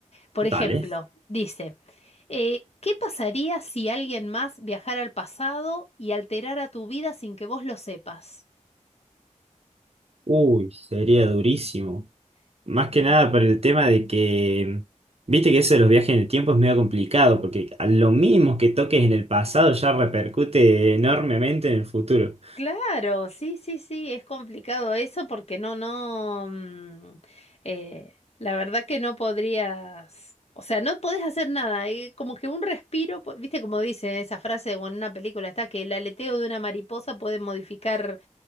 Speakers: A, on the left (about 55°); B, on the right (about 55°).
A: Por
B: Dale.
A: ejemplo, dice, eh, ¿qué pasaría si alguien más viajara al pasado y alterara tu vida sin que vos lo sepas?
B: Uy, sería durísimo. Más que nada por el tema de que, viste que eso de los viajes en el tiempo es medio complicado, porque a lo mismo que toques en el pasado ya repercute enormemente en el futuro.
A: Claro, sí, sí, sí, es complicado eso porque no, no, mm, eh, la verdad que no podrías, o sea, no podés hacer nada, eh, como que un respiro, po- viste como dice esa frase o en una película está que el aleteo de una mariposa puede modificar